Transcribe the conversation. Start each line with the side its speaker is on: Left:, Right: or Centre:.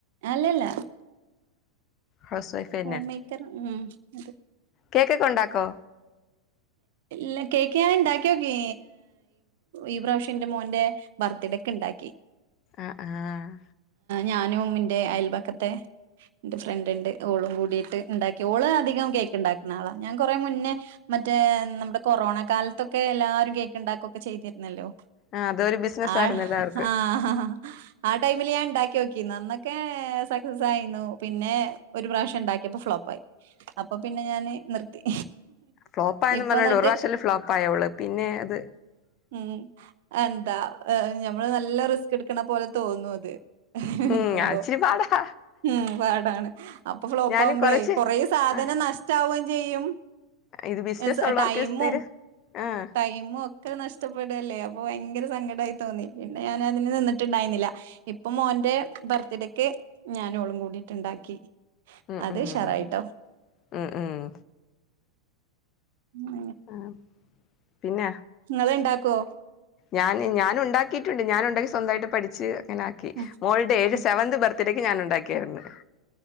Right: അല്ലല്ല
Left: ഹൗസ് വൈഫ് തന്നെ
Right: ഹോം മേക്കർ ഉം അത്
Left: കേക്കൊക്കെ ഉണ്ടാക്കോ
Right: ഇല്ല കേക്ക് ഞാൻ ഇണ്ടാക്കോക്കി ഈ പ്രാവശ്യന്റെ മോന്റെ ബർത്ത്ഡെക്ക് ഇണ്ടാക്കി
Left: ആഹ് ആഹ്
Right: ഞാനും എന്റെ അയൽബക്ക ത്തെ ഇന്റെ ഫ്രണ്ട് ണ്ട് ഓളും കൂടിട്ട് ഇണ്ടാക്കി. ഓള് അധികം കേക്ക് ഇണ്ടാക്ക്ന്ന ആളാ. ഞാൻ കൊറെ മുന്നേ മറ്റേ നമ്മുടെ കൊറോണ കാല്ത്തൊക്കെ എല്ലാവരും കേക്കുണ്ടാക്കുക്കെ ചെയ്തിരുന്നല്ലോ.
Left: ആഹ് അതൊരു ബിസിനസ്
Right: ആഹ്
Left: ആയിരുന്നു എല്ലാവർക്ക്
Right: ആഹ് ആഹ് ആ ടൈമില് ഞാൻ ഉണ്ടാക്കി ഓക്കി. അന്നൊക്കെ സക്സസ് ആയിരുന്നു. പിന്നെ ഒരു പ്രാവശ്യം ഉണ്ടാക്കിയപ്പോ ഫ്ലോപ്പയി അപ്പൊ പിന്നെ ഞാന് നിർത്തി.
Left: ഫ്ലോപ്പ ആയെന്നും
Right: ഇപ്പൊ
Left: പറഞ്ഞണ്ട്
Right: എന്നിട്ട്
Left: ഒര്റാവശ്യല്ലേ ഫ്ലോപ്പായൊള്ള് പിന്നെ അത്
Right: ഉം എന്താ ഞമ്മള് നല്ല റിസ്ക് എടുക്കണ പോലെ തോന്നും അത്.
Left: ഉം
Right: നിക്കുമ്പോ
Left: ഇച്ചിരി പാടാ
Right: ഉം പാടാണ് അപ്പൊ ഫ്ലോപ്പ
Left: ഞാനും
Right: ആവുമ്പോളെ
Left: കൊറച്ച്
Right: കൊറേ സാധനം
Left: ആഹ്
Right: നഷ്ടവും എ ചെയ്യും.
Left: ഇത് ബിസിനസ്
Right: എസ്
Left: ഉള്ളവർക്ക്
Right: ടൈമും
Left: സ്ഥിരം ആഹ്
Right: ടൈമും ഒക്കെ നഷ്ട്ടപ്പെടല്ലേ അപ്പൊ ഭങ്കര സങ്കടായി തോന്നി. പിന്നെ ഞാന് അതിന് നിന്നിട്ടുണ്ടായിന്നില്ല. ഇപ്പൊ മോന്റെ ബർത്ത്ഡേക്കെ ഞാനോളും കൂടിട്ടുണ്ടാക്കി.
Left: ഉം
Right: അത്
Left: ഉം
Right: ഉഷാറായിട്ടോ
Left: ഉം ഉം.
Right: ഉം.
Left: ആഹ് പിന്ന
Right: ഇങ്ങള്ണ്ടാക്കോ?
Left: ഞാൻ ഞാനു ണ്ടാക്കിട്ടിണ്ട് ഞാനൊണ്ടാക്കി സ്വന്തയിട്ട് പഠി ച്ച് ആക്കി
Right: ഉം
Left: മോൾഡേജ്
Right: ഉം
Left: സെവന്ത് ബർത്ത് ഇത്തിരക്ക് ഞാനുണ്ടാക്കിയിരുന്നു.